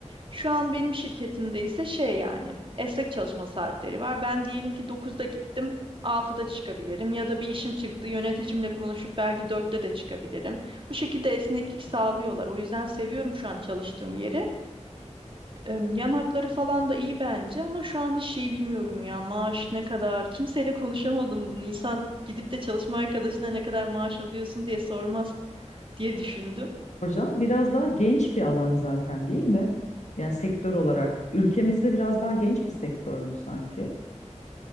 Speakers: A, on the right; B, on the left.
A: Şu an benim şirketimde ise şey yani esnek çalışma saatleri var. Ben diyelim ki dokuzda gittim. altıda çıkabilirim ya da bir işim çıktı yöneticimle konuşup belki dörtte de çıkabilirim. Bu şekilde esneklik sağlıyorlar. O yüzden seviyorum şu an çalıştığım yeri. Em, Yan hakları falan da iyi bence ama şu an hiç şeyi bilmiyorum ya maaş ne kadar kimseyle konuşamadım bunu insan gidip de çalışma arkadaşına ne kadar maaş alıyorsun diye sormaz diye düşündüm.
B: Hocam biraz daha genç bir alan zaten değil mi? Yani sektör olarak ülkemizde biraz daha genç bir sektör mü sanki?